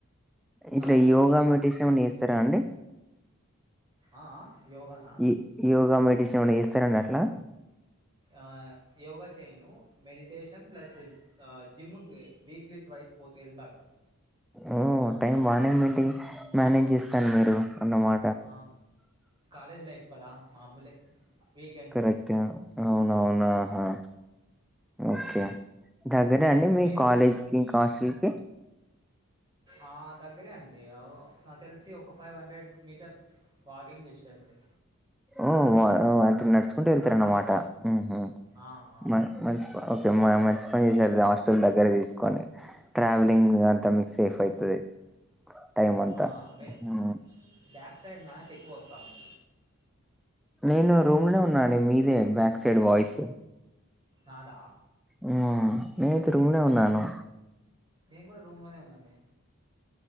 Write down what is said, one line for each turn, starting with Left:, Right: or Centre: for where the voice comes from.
Centre: ఇట్లా
Right: నాయిస్ ఎక్కువ
Centre: యోగా
Right: వస్తుంది
Centre: మెడిటేషన్ ఏమన్న చేస్తారా అండి
Right: ఆ ఆ యోగాన్
Centre: ఈ యోగా మెడిటేషన్ ఏమన్నా చేస్తారండి అట్లా
Right: ఆ యోగా చేయను మెడిటేషన్ ప్లేస్ ఆ జిమ్ము కి వీక్లీ ట్వైస్ పోతే వెళ్తాంటం
Centre: ఓ టైం బానే మెన్టెన్ మేనేజ్ చేస్తాను మీరు అన్నమా
Right: ఆ కాలేజ్ లైఫ్ కదా మామూలే వీకెండ్స్లో
Centre: కరెక్టే అవునవునా హా ఓకే
Right: ఆ
Centre: దగ్గరే అండి మీ
Right: మీరు
Centre: కాలేజ్కి ఇంక హస్టల్ కి
Right: ఆ దగ్గరే అండి అవ్ నాకు తెలిసి ఒక ఫైవ్ హండ్రెడ్ మీటర్స్ వాకింగ్ డిస్టెన్సే
Centre: ఓ వో ఓ అంటే నడుచుకుంటు వెళ్తారన్నమాట ఉహు
Right: ఆ ఆ
Centre: మం మంచిద్ ఓకే మ మంచి పని చేసారు హాస్టల్ దగ్గర తీసుకొని ట్రావెలింగ్ అంతా మీకు సేఫ్ అయితది టైమ్ అంతా
Right: ఆ when
Centre: uh
Right: back side noise ఎక్కువస్తాంది
Centre: నేను రూమ్ లోనే ఉన్నానండి మీదే బ్యాక్ సైడ్ వాయిస్
Right: నాదా
Centre: హ్మ్. నేనైతే రూమ్ లో ఉన్నాను
Right: నేను కూడా రూమ్ లోనే ఉన్నామే